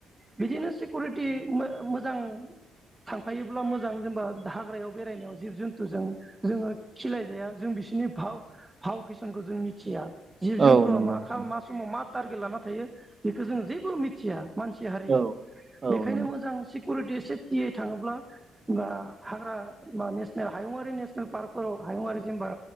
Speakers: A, on the right; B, on the right.
A: बिदिनो सिकिुरिटि मो-मोजां थांफायोब्ला मोजां जेनेबा हाग्रायाव बेरायनायाव जिब जुन्थुजों जोङो खिलायजाया जों बिसोरनि भाव भाव फेसनखौ जों मिथिया जिब जुन्तुया
B: औ नंगौ
A: मा
B: नोंथां
A: खाला-मा समाव मा टारगेट लाना थायो बेखौ जों जेबो मिथिया। मानसि हारिया
B: औ औ
A: बेखायनो
B: नंगौ
A: मोजां सि कुरिटि सेफटियै थाङोब्ला बा हाग्रा बा नेसनेल हायुङारि नेसनेल पार्क फोराव हायुङारि जेनेबा